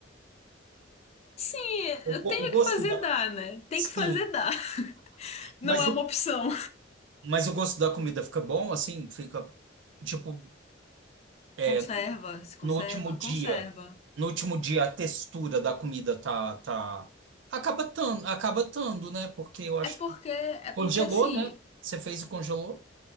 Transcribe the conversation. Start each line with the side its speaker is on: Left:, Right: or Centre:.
Left: Sim,
Right: O,
Left: eu
Right: go-
Left: tenho
Right: o gosto
Left: que fazer
Right: da.
Left: dar, né? Tem
Right: Sim,
Left: que fazer dar. <laughs> Não
Right: mas
Left: é
Right: eu-
Left: uma opção.
Right: Mas o gosto da comida fica bom, assim, fica tipo é,
Left: Conserva, se conserva,
Right: no último dia,
Left: conserva.
Right: no último dia a textura da comida tá tá acaba tando, acaba tando, né? Porque eu acho
Left: É porque,
Right: que
Left: é
Right: congelou,
Left: porque assim,
Right: né? Você fez e congelou?